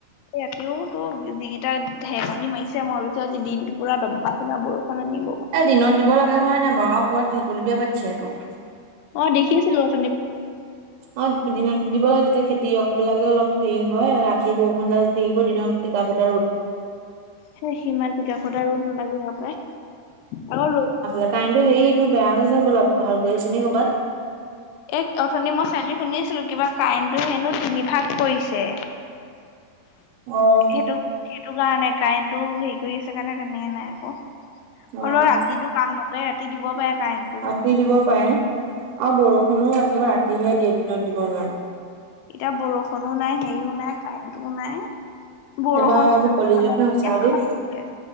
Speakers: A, on the left; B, on the right.
A: ৰাতিও তো যিিকিটা েকনি মাৰিছে মাৰ পিছত দিনটো পুৰা দব্বা সিনা বৰষুণ আনিব
B: এ দিনত দিব লাগে হয় নাই বাৰু আৰু ক'ৰবাত ভেকুলিবিয় পাতিছে তটো
A: অ দেখিছিলো অু
B: অ দিনত দিব লাগে তেতিয়া খেতিয়ক বিলাকে অলপ হেৰি হয় ৰাতি বৰষুডাল থাকিব দনৰত কা এটা ৰোত
A: স সিমান টকাশত ৰ'দ নালাগে ন পায় আক
B: আ কাইনটোো স এইটো বেয়া হৈছে বলপ ভাল কৰি আছেিনি কৰ'ৰবাত
A: এই অথনি মই চেলেৰিী শুনি আছিলো কিবা কাৰেণ্টো হেনো তিনিভাগ কৰিছে
B: অ',
A: সেইটো সেইটো কাৰণে কাৰেণ্টটো হেৰি কৰি আছে কাৰণে তেনেকে নাই আকৌ
B: অ',
A: হলেও ৰাতিটো কাম নকৰে ৰাতি দিব পাৰে কাৰেণ্ট টো
B: ৰাতি
A: ধুনীয়াক
B: দিব পাৰে আৰু বৰষুণোও একেবাৰে ৰাতিহে দ এ দিনত দিব নোৱ
A: এতিয়া বৰষুণো নাই হেৰিও নাই কাৰেণ্টও নাই বৰষুণ
B: এবাৰ এইবোৰ কলেজতহে
A: ঠাণ্ডা
B: সঁচা দেই